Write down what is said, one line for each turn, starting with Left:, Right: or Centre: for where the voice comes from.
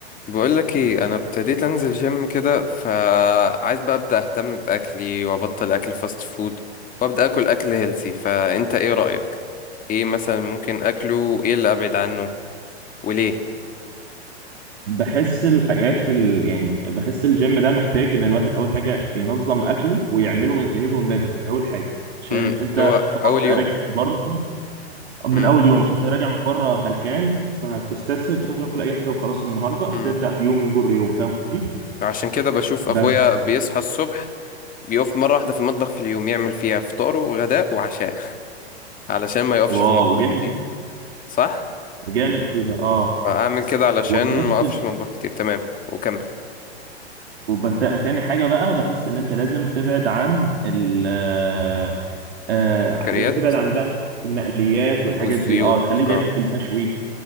Left: بقولك ايه انا ابتديت انزل جيم كده فعايز بقى ابدا اهتم باكلي وابطل اكل فاست فود وابدا اكل اكل هيلثي فانت ايه رايك ايه مثلا ممكن اكله وايه اللي ابعد عنه وليه
Right: بحس الحاجات ال... يعني بحس الجيم ده محتاج ان الواحد اول حاجه ينظم اكله ويعمله من... يجهزه من بدري اول حاجه عشان
Left: امم
Right: انت
Left: اللي هو
Right: طبعا
Left: اول
Right: بتبقى
Left: يوم
Right: راجع من بره من
Left: امم
Right: اول يوم عشان انت راجع من بره هلكان فهتستسهل تاكل اي حاجه وخلاص النهارده
Left: امم
Right: فتبدا يوم يجر يوم فاهم قصدي
Left: عشان كده بشوف
Right: بس
Left: اخويا بيصحى الصبح بيقف مره واحده في المطبخ في اليوم يعمل فيها فطاره وغداء وعشاء <laughs> علشان ما يقفش
Right: واو
Left: في المطبخ
Right: جامد
Left: كتير صح
Right: وجامد كده اه
Left: اعمل كده علشان
Right: وفي نفس
Left: ما اقفش في المطبخ كتير تمام وكمل
Right: وبس تاني حاجة بقى بحس إن أنت لازم تبعد عن ال آه، آه،
Left: كريات
Right: لازم تبعد عن بقى المقليات والحاجات
Left: والزيوت
Right: دي اه تخليه دايما
Left: اه
Right: في المشوي